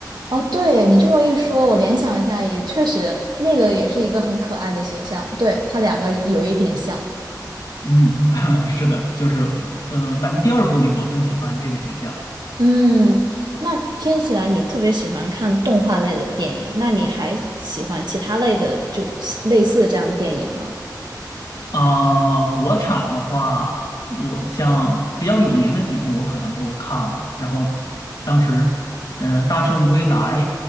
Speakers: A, on the right; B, on the left.
A: 哦，对，你这么一说，我联想一下，也确实，那个也是一个很可爱的形象，对，它两个有一点像。
B: 嗯，<laughs> 是的，就是嗯，反正第二部里我更喜欢这个形象。
A: 嗯，那听起来你特别喜欢看动画类的电影，那你还喜欢其他类的，就类似这样的电影吗？
B: 啊、国产的话，我像比较有名的几部，我可能都看了。然后当时，嗯、大圣归来》，